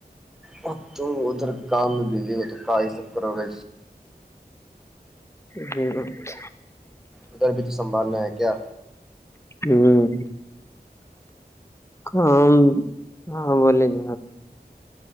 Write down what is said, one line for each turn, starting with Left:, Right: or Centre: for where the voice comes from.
Centre: تم ادھر کام میں بزی ہو تو کا یہ سب کرو گا
Left: جیچ
Centre: ادھر بھی تو سنبھالنا ہے کیا
Left: ہوں کام ہاں بولے ج